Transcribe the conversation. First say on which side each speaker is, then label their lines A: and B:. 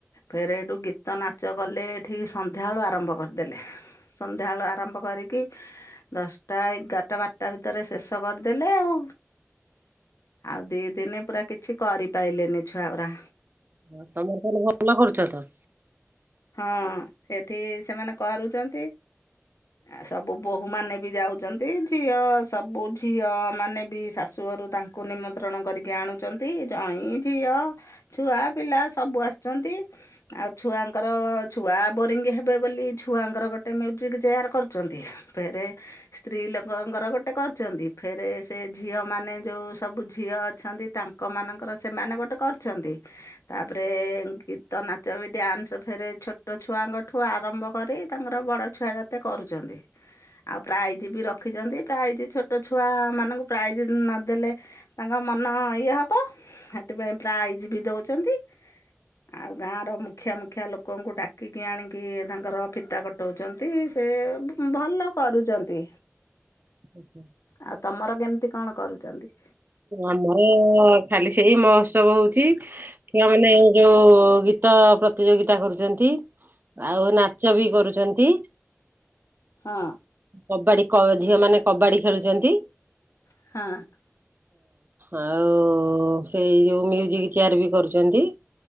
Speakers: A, on the left (about 90°); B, on the right (about 40°).
A: ଫେର ଏଇଠୁ ଗୀତ ନାଚ କଲେ ଏଠିକି ସନ୍ଧ୍ୟାବେଳୁ ଆରମ୍ଭ କରିଦେଲେ। ସନ୍ଧ୍ୟା ବେଳୁ ଆରମ୍ଭ କରିକି ଦଶଟା, ଏଗାରଟା, ବାରଟା ଭିତରେ ଶେଷ କରିଦେଲେ ଆଉ। ଆଉ ଦି ଦିନି ପୁରା କିଛି କରି ପାଇଲେନି ଛୁଆଗୁରା।
B: ହଁ ତୋମର ତାହେଲେ ଭଲ କରୁଛ ତ।
A: ହଁ ସେଠି ସେମାନେ କରୁଚନ୍ତି। ଆ ସବୁ ବୋହୂମାନେ ବି ଯାଉଚନ୍ତି। ଝିଅ ସବୁ ଝିଅମାନେ ବି ଶାଶୁ ଘରୁ ତାଙ୍କ କୁ ନିମନ୍ତ୍ରଣ କରିକି ଆଣୁଚନ୍ତି, ଜଇଁ ଝିଅ ଛୁଆ ପିଲା ସବୁ ଆସଚନ୍ତି। ଆଉ ଛୁଆଙ୍କ ଙ୍କର, ଛୁଆ ବୋରିଙ୍ଗ ହେବେ ବୋଲି ଛୁଆଙ୍କର ଗୋଟେ ମ୍ୟୁଜିକ୍ ଚେୟାର୍ କରୁଚନ୍ତି। ଫେରେ ସ୍ତ୍ରୀ ଲୋକଙ୍କର ଗୋଟେ କରୁଚନ୍ତି। ଫେରେ ସେ ଝିଅ ମାନେ ଯୋଉ ସବୁ ଝିଅ ଅଛନ୍ତି ତାଙ୍କ ମାନଙ୍କର ସେମାନେ ଗୋଟେ କରଛନ୍ତି। ତାପରେ ଗୀତ, ନାଚ ବି ଡ୍ୟାନ୍ସ ଫେରେ ଛୋଟ ଛୁଆଙ୍କଠୁ ଆରମ୍ଭ କରି ତାଙ୍କର ବଡ଼ ଛୁଆ ଯେତେ କରୁଚନ୍ତି। ଆଉ ପ୍ରାଇଜ୍ ବି ରଖିଚନ୍ତି। ପ୍ରାଇଜ୍ ଛୋଟ ଛୁଆ ମାନଙ୍କୁ ପ୍ରାଇଜ୍ ନ ଦେଲେ ତାଙ୍କ ମନ ଇଏ ହବ, ସେଥିପାଇଁ ପ୍ରାଇଜ୍ ବି ଦଉଚନ୍ତି। ଆଉ ଗାଁ ର ମୁଖିଆ ମୁ ଖିଆ ଲୋକଙ୍କୁ ଡାକିକି ଆଣିକି ତାଙ୍କର ଫିତା କଟଉଚନ୍ତି। ସେ ଭଲ କରୁଚନ୍ତି।
B: ଆଚ୍ଛା।
A: ଆଉ ତୋମର କେମିତି କଣ କରୁଚନ୍ତି?
B: ଆମ ଖାଲି ସେଇ ମହୋତ୍ସବ ହଉଛି। ଛୁଆମାନେ ଯୋଉ ଗୀତ ପ୍ରତିଯୋଗିତା କରୁଚନ୍ତି। ଆଉ ନାଚ ବି କରୁଛନ୍ତି।
A: ହଁ!
B: କବାଡ଼ି ଝିଅ ମାନେ କବାଡ଼ି ଖେଳୁଚନ୍ତି।
A: <inaudible>
B: ଆଉ ସେଇ ଯଉ ମ୍ୟୁଜିକ୍ ଚିୟାର ବି କରୁଚନ୍ତି।